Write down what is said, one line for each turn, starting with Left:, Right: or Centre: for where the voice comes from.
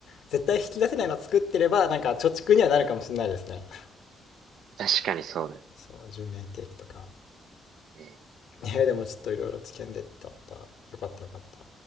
Left: 絶対引き出せないの作ってれば、なんか貯蓄にはなるかもしれないですね。
Right: 確かにそうだよ
Left: そう、10年定期とか。
Right: ね。
Left: いや、でもちょっといろいろ知見でってあった。よかったよかった。